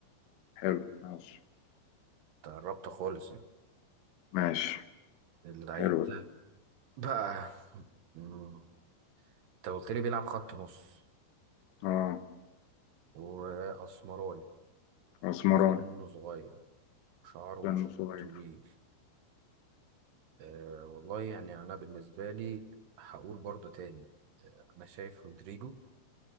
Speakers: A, on the left (about 85°); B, on the right (about 70°).
A: حلو ماشي
B: تقربت خالص يعني
A: ماشي
B: اللعيب
A: حلو ده
B: بقى مم، انت قلت لي بيلعب خط نص
A: اه
B: واسمراني
A: اسمراني
B: سنه صغير شعره
A: كان
B: مش
A: صغير
B: طويل أه والله يعني انا بالنسبه لي هقول برضو تاني آه، انا شايف رودريجو